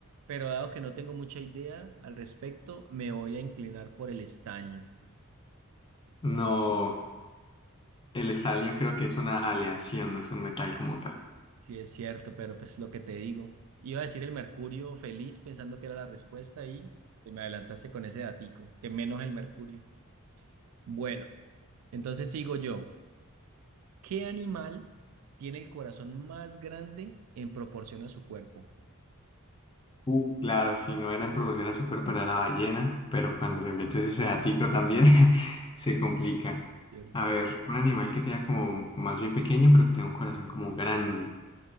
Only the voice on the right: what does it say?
pero dado que no tengo mucha idea al respecto, me voy a inclinar por el estaño.
Sí, es cierto, pero pues lo que te digo. Iba a decir el mercurio feliz pensando que era la respuesta y te me adelantaste con ese datico, que menos el mercurio. Bueno, Entonces sigo yo. ¿Qué animal tiene el corazón más grande en proporción a su cuerpo?
¿Cierto?